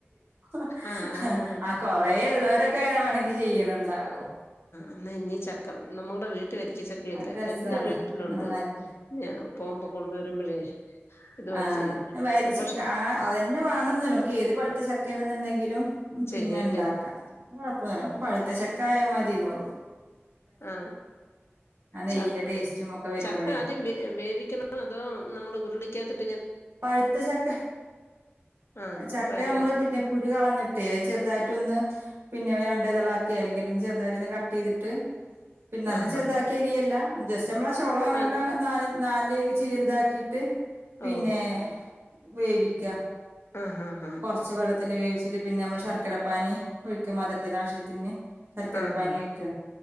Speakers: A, on the right; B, on the left.
A: <unintelligible>
B: ആഹ് അങ്ങനെ
A: ആ കൊ പ്രയള്ളവരൊക്കെങ്ങനെ വേണങ്കി ചെയ്യണണ്ട് <unintelligible>
B: എന്നായിനി ചക്ക നമ്മുടെ വീ വരിക്കച്ചക്കയില്ല
A: അത് രസാണ്
B: എന്റെ വീട്ടിലുണ്ട്
A: ആഹ് നല്ല
B: ഞാൻ പോവുമ്പോ കൊണ്ടുവരുമ്പോഴേ ഇതുപോലെ
A: ആ
B: ചെയ്യാം
A: വരിച്ച
B: പക്ഷെ
A: കാ അതന്നെ വേണോന്ന് നമുക്ക് ഏത് പഴുത്ത ചക്കയാണെന്നെണ്ടെങ്കി <unintelligible> പിന്നെണ്ടാക്കാ
B: ചെയ്യല്ലേ
A: അത് കൊഴുപ്പൊന്നില്ല നമുക്ക് പഴുത്ത ചക്ക കായമതിയന്നുള്ളൂ
B: ആ
A: ആ നെയ്യിന്റെ
B: ചക്ക
A: ടേസ്റ്റും ഒക്കെ വരുമ്പഴേ
B: ചക്ക ആദ്യം വേ വേവിക്കണോ അതോ നമ്മള് ഉരുളി <unintelligible>
A: പഴുത്ത ചക്ക
B: ആഹ്
A: ചക്ക
B: പഴുത്ത
A: നമ്മള് പിന്നെ കുരു കളഞ്ഞിട്ടേ അത് ചെറുതായിട്ടൊന്ന്, പിന്നെ രണ്ടെതളാക്കേ അല്ലെങ്കിലൊന്ന് ചെറുതായിട്ടൊന്ന് കട്ടീതിട്ട്, പിന്നെ നല്ലം
B: ആഹ്
A: ചെറുതാക്കി
B: ആഹ്
A: അരിയല്ലാ ച്ചമ്മള് ആ ചൊളൊങ്ങട്ട്
B: ആഹ്
A: നാല് നാല് ചീന്താക്കി ട്ട് പിന്നേ
B: ഓഹോ
A: വേവിക്കാ
B: ആഹ് ആഹ്
A: കൊറച്ച് വെള്ളത്തില് വേവിച്ചി ട്ട് പിന്നെ നമ്മള് ശർക്കര പാനി ഒഴിക്ക മധുരത്തിന് ആവശ്യത്തിന്ന് ശർക്കര
B: ആഹ് ആഹ്
A: പാനി വെക്കാ